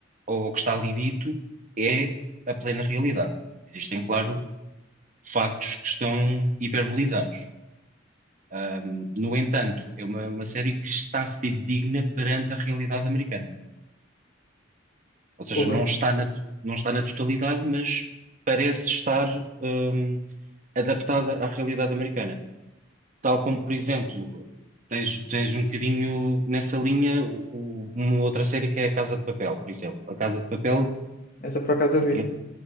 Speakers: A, on the right (about 40°); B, on the left (about 45°).
A: ou o que está ali dito é a plena realidade. Existem, claro, factos que estão hiperbolizados. Hum, no entanto, é uma, uma série que está fidedigna perante a realidade americana. Ou seja,
B: Porra,
A: não está na, não está na totalidade, mas parece estar, hum, adaptada à realidade americana. Tal como, por exemplo, tens, tens um bocadinho nessa linha o- o- uma outra série que é a Casa de Papel, por exemplo. A Casa de Papel,
B: sim. Essa por acaso eu
A: aquele,
B: vi.